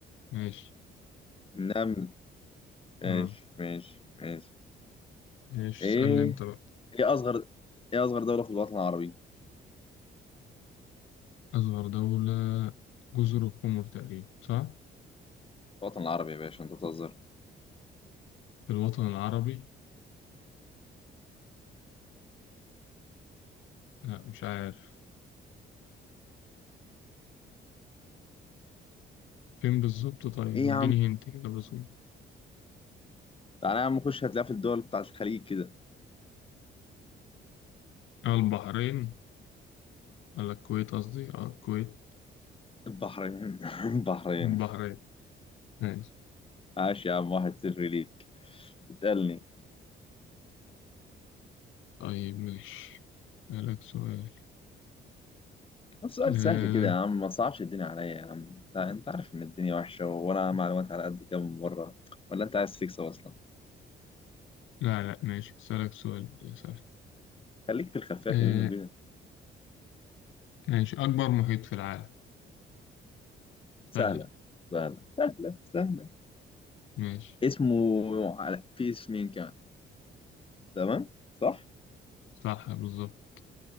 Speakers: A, on the left (about 80°); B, on the left (about 25°).
A: ماشي
B: نعم ماشي
A: آه
B: ماشي ماشي
A: ماشي
B: إيه
A: اسألني أنت بقى
B: إيه أصغر إيه أصغر دولة في الوطن العربي
A: أصغر دولة جزر القمر تقريبا صح؟
B: الوطن العربي يا باشا أنت بتهزر
A: في الوطن العربي لا مش عارف فين بالظبط طيب
B: إيه
A: اديني
B: يا عم
A: هنت كده بسيط
B: تعالى يا عم خش هتلاقيها في الدول بتاعت الخليج كده
A: آه البحرين ولا الكويت قصدي اه الكويت
B: البحرين <laughs> البحرين
A: البحرين ماشي
B: عاش يا عم واحد صفر ليك اسألني
A: طيب ماشي أسألك سؤال
B: السؤال
A: آه
B: سهل كده يا عم ما صعبش الدنيا عليا يا عم انت انت عارف ان الدنيا وحشة وانا معلومات على قد كده من بره ولا انت عايز تكسب اصلا
A: لا لا ماشي أسألك سؤال يا سهل
B: خليك في الخفاف
A: آه
B: منه كده
A: ماشي أكبر محيط في العالم
B: سهلة
A: سهل
B: سهلة سهلة سهلة
A: ماشي
B: اسمه على في اسمين كمان تمام صح
A: صح بالظبط